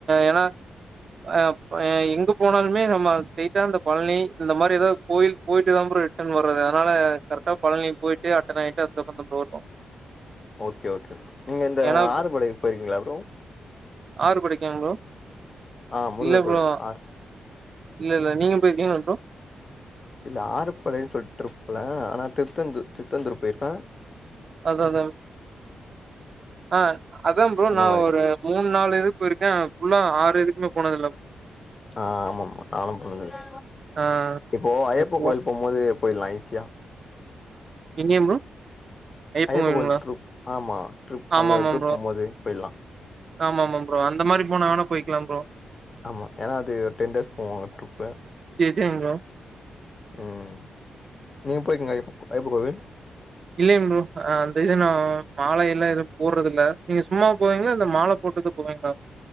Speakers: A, on the right; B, on the left.
A: ஏனா ஆ எங்க போனாலுமே நம்ம ஸ்டெய்ட்டா பழனி இந்த மாரி ஏதாவது கோயில் போயிட்டு தா ப்ரோ வறது அதுனால கரெக்ட்டா பழனி போயிட்டு அட்டன் ஆகிட்டு அதுக்கு அப்றோதா போறது
B: ஓகே ஓகே நீங்க இந்த
A: ஏன்னா
B: ஆறுபடைக்கு போயிருங்ளா ப்ரோ
A: ஆறுபடைக்காங் ப்ரோ
B: ஆ முருகர்
A: இல்ல
B: கோயில்
A: ப்ரோ
B: ஆர்
A: இல்ல இல்ல நீங்க போய்ருக்கிங்லா ப்ரோ
B: இல்ல ஆறுபடைன் சொல்ட்டு ட்ரிப்ல ஆனா திருச்செந்தூர் திருச்செந்தூர் போய்ருக்கா
A: அதா அதா ஆ அதா ப்ரோ
B: அந்த
A: நா
B: மாரிதா
A: ஒரு மூண் நாலு இதுக்கு போய்ருக்கே ஆனா புஃல்லா ஆறு இதுக்குமே போனதில்ல
B: ஆ ஆமா ஆமா நானு போனதில்லை
A: ஆ
B: இப்போ ஐயப்பா
A: அதுவும்
B: கோயில்க்கு போ முதலே போய்டலா ஈசியா
A: எங்கயா ப்ரோ ஐயப்பன்
B: ஐயப்ப
A: கோயிலுங்களா
B: கோயில் ட்ரிப் ஆமா ட்ரிப்
A: ஆமா
B: அங்க
A: ஆமா
B: டூர்
A: ப்ரோ
B: போபோது போய்ட்லா
A: ஆமா ஆமா ப்ரோ அந்தமாரி போனாங்கனா போய்க்கலா ப்ரோ
B: ஆமா ஏனா அது ஒரு டென் டேஸ் போவாங்க ட்ரிப்பு
A: சேர் சேரிங் ப்ரோ
B: ம் நீங்க போய்க்கீங்ளா ஐயப்ப ஐயப்ப கோயில்
A: இல்லையேங் ப்ரோ அ இது நா மாலையெல்லா எதுவு போட்றது இல்ல நீங்க சும்மா போவீங்ளா இல்ல மால போட் டு போவிங்ளா